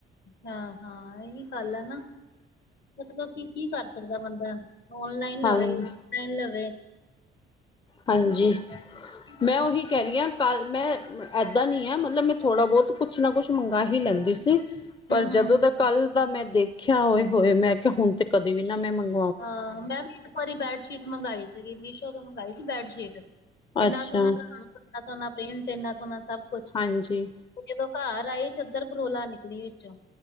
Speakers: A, on the left; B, on the left.
A: ਹਾਂ-ਹਾਂ ਐਹੀ ਗੱਲ ਆ ਨਾ। ਮਤਲਬ ਕੀ-ਕੀ ਕਰ ਸਕਦਾ ਬੰਦਾ, ਔਨਲਾਈਨ
B: ਹਾਂਜੀ
A: ਲਵੇ ਔਫਲਾਈਨ ਲਵੇ
B: ਹਾਂਜੀ‌।
A: ਹੂੰ
B: ਮੈਂ ਉਹੀ ਕੈ ਰਈ ਆਂ ਕੱਲ ਮੈਂ ਐਦਾਂ ਨੀ ਆ ਮਲਵ ਮੈਂ ਥੋੜਾ-ਬਹੋਤ ਕੁੱਛ ਨਾ ਕੁੱਛ ਮੰਗ ਹੀ ਲੈਂਦੀ ਸੀ। ਪਰ
A: ਹੂੰ।
B: ਜਦੋਂ ਦਾ ਕੱਲ ਦਾ ਮੈਂ ਦੇਖਿਆ ਹੋਏ ਹੋਏ, ਮੈਂ ਕਿਹਾ ਹੁਣ ਤੇ ਕਦੇ ਵੀ ਨਾ ਮੈਂ ਮੰਗਾਂ।
A: ਹਾਂ। ਮੈਂ ਵੀ ਇੱਕ ਵਾਰੀ ਬੈਡਸ਼ੀਟ ਮੰਗਵਾਈ ਸੀਗੀ ਮੀਸ਼ੋ ਤੋਂ ਮੰਗਵਾਈ ਸੀ ਬੈਡਸ਼ੀਟ। ਇੰਨਾ
B: ਅੱਛਾ
A: ਸੋਹਣਾ ਰੰਗ ਇੰਨਾ ਸੋਹਣਾ ਪ੍ਰਿੰਟ ਇਨਾ ਸੋਹਣਾ ਸਭ ਕੁਝ
B: ਹਾਂਜੀ।
A: ਉਹ ਜਦੋਂ ਘਰ ਆਈ ਚੱਦਰ ਪਰੋਲਾ ਨਿਕਲੀ ਵਿੱਚੋਂ